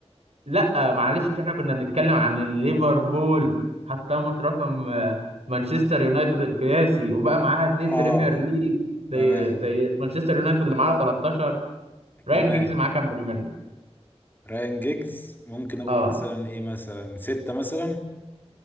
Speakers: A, on the right; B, on the left.
A: لا معلش عشان احنا كنا بنتكلم عن ليفربول حطمت رقم آه، مانشستر يونايتد القياسي وبقى معاها اتنين
B: اه
A: بريمير ليج زي
B: تمام
A: زي مانشستر يونايتد اللي معاها 13 رايان
B: تمام
A: جيجز معاه كام بريمير ليج
B: رايان جيجز ممكن اقول
A: اه
B: مثلا ايه مثلا ستة مثلا